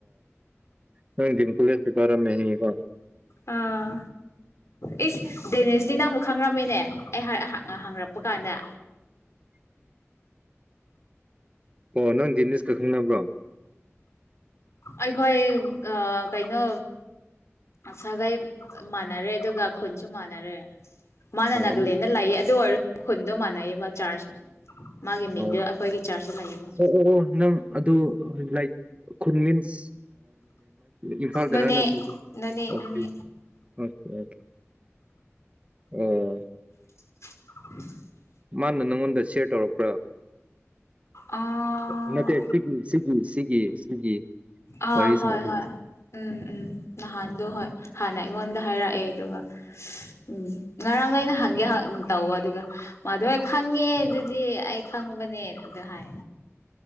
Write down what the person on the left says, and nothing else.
ꯑꯥ ꯑꯩꯁ ꯗꯦꯅꯦꯔꯁ ꯗ ꯅꯪ ꯑꯃꯨꯛ ꯈꯪꯔꯝꯃꯤꯅꯦ ꯑꯩ ꯍꯪꯉꯛꯄ ꯀꯥꯟꯗ
ꯑꯩꯈꯣꯏ ꯑ ꯀꯩꯅꯣ ꯁꯥꯒꯥꯏ ꯃꯥꯟꯅꯔꯦ ꯑꯗꯨꯒ ꯈꯨꯟꯁꯨ ꯃꯥꯟꯅꯔꯦ ꯃꯥꯅ
ꯅꯥꯒꯂꯦꯟꯗ
ꯂꯩꯌꯦ ꯑꯗꯨ ꯑꯣꯏꯔꯁꯨ ꯈꯨꯟꯗꯣ ꯃꯥꯟꯅꯩꯑꯕ ꯆꯥꯔꯖ ꯃꯥꯒꯤ ꯃꯤꯡꯗꯣ
ꯑꯩꯈꯣꯏꯒꯤ ꯆꯥꯔꯖꯇ ꯂꯩꯌꯦꯕ
ꯅꯣꯅꯦ
ꯅꯣꯅꯦ
ꯅꯣꯅꯦ
<unintelligible>
ꯑꯥ
ꯑꯥ
ꯍꯣꯏ
ꯍꯣꯏ ꯎꯝ ꯎꯝ ꯅꯍꯥꯟꯗꯣ ꯍꯣꯏ ꯍꯥꯟꯅ ꯑꯩꯉꯣꯟꯗ ꯍꯥꯏꯔꯛꯑꯦ ꯑꯗꯨꯒ ꯎꯝ ꯉꯔꯥꯡꯗꯒꯤ ꯅꯍꯥꯟ ꯈꯪꯒꯦ ꯇꯧꯕ ꯑꯗꯨꯒ ꯃꯥꯗꯨ ꯍꯣꯏ ꯈꯪꯉꯦ ꯑꯗꯨꯗꯤ ꯑꯩ ꯈꯪꯕꯅꯦ ꯑꯗꯨ ꯍꯥꯏ